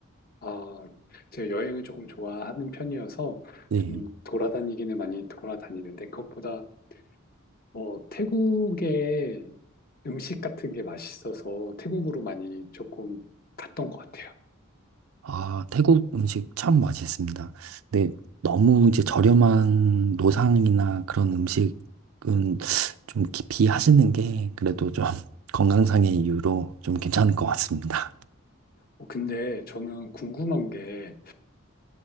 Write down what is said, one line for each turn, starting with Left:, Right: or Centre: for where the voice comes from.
Left: 아, 제가 여행을 조금 좋아하는 편이어서
Right: 네.
Left: 좀 돌아다니기는 많이 돌아다니는데, 그것보다 뭐 태국의 음식 같은 게 맛있어서 태국으로 많이 조금 갔던 것 같아요.
Right: 아, 태국 음식 참 맛있습니다. 근데 너무 이제 저렴한 노상이나 그런 음식은 좀 기- 비하시는 게 그래도 좀 <laughs> 건강상의 이유로 좀 괜찮을 것 같습니다.
Left: 어, 근데 저는 궁금한 게,